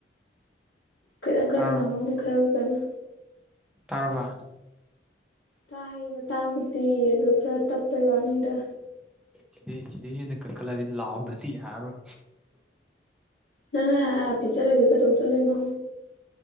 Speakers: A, on the left; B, in the centre.
A: ꯀꯟꯅ-ꯀꯟꯅ
B: ꯇꯥꯔꯕ
A: ꯉꯥꯡꯍꯧꯕ ꯈꯔꯥꯇꯅꯤ
B: ꯇꯥꯔꯕ
A: ꯇꯥꯏꯌꯦꯕ ꯇꯥꯕꯨꯗꯤ ꯑꯗꯨ ꯈꯔ ꯇꯞꯄꯩ ꯋꯥꯅꯤꯗ
B: ꯁꯤꯗꯩ ꯁꯤꯗꯩ ꯍꯦꯟꯅ ꯀꯟꯈꯠꯂꯑꯗꯤ ꯂꯥꯎꯗꯥꯗꯤ ꯌꯥꯔꯔꯣꯏ
A: ꯅꯪ ꯉꯍꯥ ꯑ ꯆꯠꯂꯤꯗꯣ ꯀꯩꯗꯧ ꯆꯠꯂꯨꯏꯅꯣ